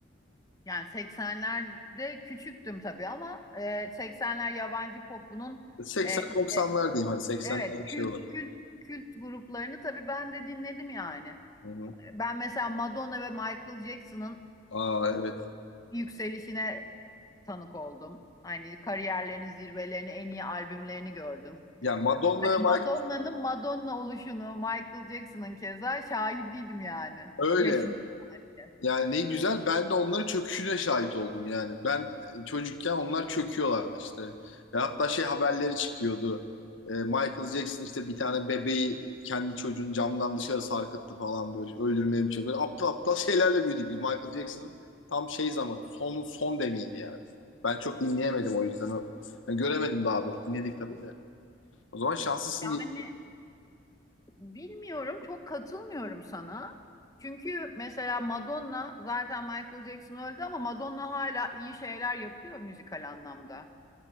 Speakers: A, on the left; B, on the left.
A: Yani 80'lerde küçüktüm tabii ama e, 80'ler yabancı popunun
B: 80-90'lar
A: e, işte
B: diyeyim hani 80'ler
A: evet
B: bir
A: kült
B: şey var.
A: kült kült gruplarını tabii ben de dinledim yani.
B: Hı hı.
A: Ben mesela Madonna ve Michael Jackson'ın
B: Aa evet.
A: yükselişine tanık oldum. Hani kariyerlerinin zirvelerini, en iyi albümlerini gördüm.
B: Ya Madonna
A: Hani
B: ve
A: Madonna'nın
B: Michael
A: Madonna oluşunu, Michael Jackson'ın keza şahidiydim yani.
B: öyle.
A: Yaşım. içinde.
B: Yani ne güzel ben de onların çöküşüne şahit oldum yani. Ben e, çocukken onlar çöküyorlardı işte. Ya hatta şey haberleri çıkıyordu. Ee, Michael Jackson işte bir tane bebeği kendi çocuğunu camdan dışarı sarkıttı falan böyle öldürmeye mi çalışıyor. Böyle aptal aptal şeylerle büyüdük biz. Michael Jackson'ın tam şey zaman son son demiydi yani. Ben çok dinleyemedim o yüzden. O- yani göremedim daha doğrusu. Dinledik tabii de. O zaman şanslısın
A: Yani
B: diye.
A: bilmiyorum, çok katılmıyorum sana. Çünkü mesela Madonna zaten Michael Jackson öldü ama Madonna hala iyi şeyler yapıyor müzikal anlamda.